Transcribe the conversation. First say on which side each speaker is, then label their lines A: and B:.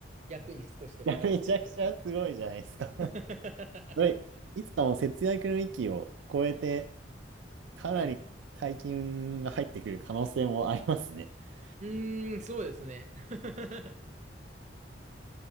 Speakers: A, on the right (about 40°); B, on the right (about 80°).
A: 役に少しでも立つという
B: いや、めちゃくちゃすごいじゃないですか。<laughs>
A: <laughs>
B: それ、いつかも節約の域を超えてかなり大金が入ってくる可能性もありますね。
A: はい。
B: <laughs>
A: <laughs> うーん、そうですね。<laughs>